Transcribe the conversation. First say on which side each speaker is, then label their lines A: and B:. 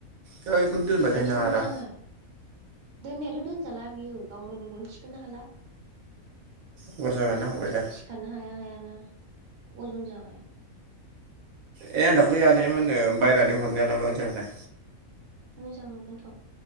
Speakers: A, on the right; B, on the right.
A: दोनबाय
B: दिनैसो
A: थायो नामा
B: नुदों
A: रा
B: आंहा दोननायाथ' दोनजाला बियो गाव मोदोमखौनो थिखोनो हाला।
A: अभार जाबायना
B: मारैबा
A: हबाय
B: जाबाय
A: दा
B: सिखारनो हाया हायानो अजन जाबाय
A: ए आं दाख्लै <unintelligible> <unintelligible> हरनायालाय मादि जाखो थाय।
B: मोजां नुदोंथ'